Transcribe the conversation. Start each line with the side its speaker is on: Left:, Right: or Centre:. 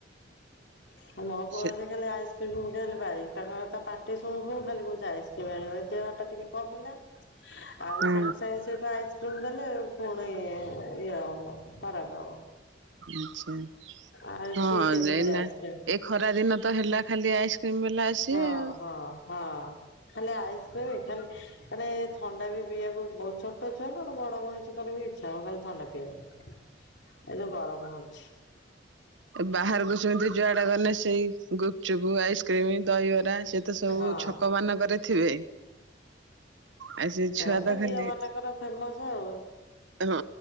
Left: ସମୟ ପସ
Right: ସେ
Left: ଖାଲି ଆଇ ମୁଁ ଖ ଭାଇ ତାଙ୍କର ତା ପାଟି ଶୁଣୁ ଶୁଣୁ ଖାଲି କୋ ଯାଇ କି ଆଣିବ ଦେହ ଟା ଟିକେ କମିଲା। ହ। ଆଉ
Right: ହଁ
Left: ସାଙ୍ଗେ ସାଙ୍ଗେ ସେଇଠୁ ଆଇସ୍କ୍ରିମ୍ ଦେଲେ ପୁଣି ଇଏ ଖରାପ ହବ।
Right: ଆଛା
Left: ଆଉ
Right: ହଁ
Left: ସିଏ ସେମିତି
Right: ଏାଇନା
Left: ଖାଲି ଆଇସ୍କ୍ରିମ
Right: ଏ। ଖରା ଦିନ ତ ହେଲା ଖାଲି ଆଇସ୍କ୍ରିମ ବାଲା ଆସିବେ
Left: ହଁ
Right: ଆଉ।
Left: ହଁ ହଁ ଖାଲି ଆଇସ୍କ୍ରିମ ଖାଲି ମାନେ ଥଣ୍ଡା ବି ପିଇବାକୁ ଛୋଟ ଛୁଆ କଣ ବଡ ମଣିଷ କର ବି ଛଉ ଖାଲି ଥଣ୍ଡା ପିଆବେ ଏ ତ ଗରମ ହଛିଚି।
Right: ବାହାରକୁ ସେମିତି ଯୁଆଡା କଲେେ ସେଇ ଗୁପଚୁପ୍ ଆଇସ୍କ୍ରିମ ଦହିବରା ସେ ତେ ସବୁ
Left: ହଁ
Right: ଛକ ମାନଙ୍କରେ ଥିବେ। ଆଉ ସେ ଛୁଆ
Left: ଏ ତ ଝିଅ
Right: ଖାଲି
Left: ମାନଙ୍କର ଫେମସ ଆଉ।
Right: ହଁ